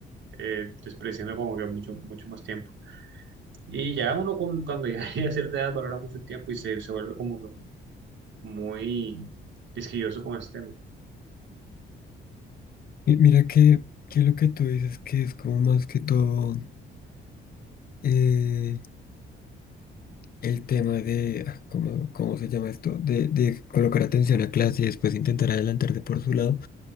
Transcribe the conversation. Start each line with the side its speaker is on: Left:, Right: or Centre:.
Right: eh, despreciando como que mucho, mucho más tiempo. Y ya uno con- cuando ya <laughs> llega a cierta edad valora mucho el tiempo y se, se vuelve como que muy quisquilloso con ese tema.
Left: Y mira que, que lo que tú dices que es como más que todo eh, el tema de, ah, ¿cómo, cómo se llama esto? De, de colocar atención a clase y después intentar adelantarte por su lado.